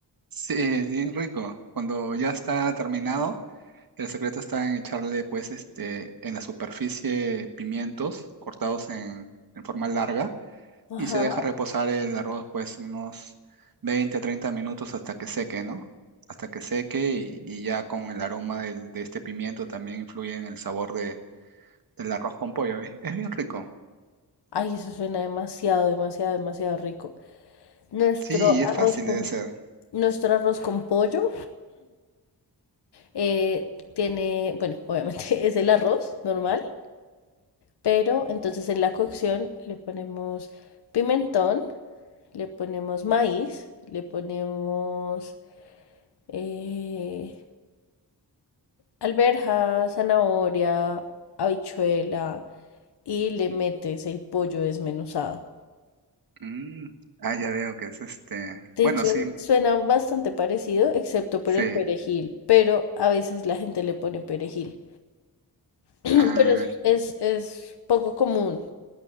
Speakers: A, on the right; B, on the left.
A: sí, es bien rico. Cuando ya está terminado, el secreto está en echarle, pues, este, en la superficie pimientos cortados en, en forma larga
B: Ajá.
A: y se deja reposar el arroz pues unos 20 30 minutos hasta que seque, ¿no? Hasta que seque y, y ya con el aroma del- de este pimiento también influye en el sabor de, del arroz con pollo. Es es bien rico.
B: Ay, eso suena demasiado, demasiado, demasiado rico. Nuestro
A: Sí, y
B: arroz
A: es fácil
B: con,
A: de hacer.
B: nuestro arroz con pollo Eh, tiene, bueno, obviamente <laughs> es el arroz normal, pero entonces en la cocción le ponemos pimentón, le ponemos maíz, le ponemos eh, alberja, zanahoria, habichuela y le metes el pollo desmenuzado.
A: Mm, Ah, ya veo que es este.
B: De
A: Bueno,
B: hecho,
A: sí,
B: suena bastante parecido, excepto por
A: sí.
B: el perejil, pero a veces la gente le pone perejil. <clears throat>
A: Ah,
B: Pero es, es, es poco común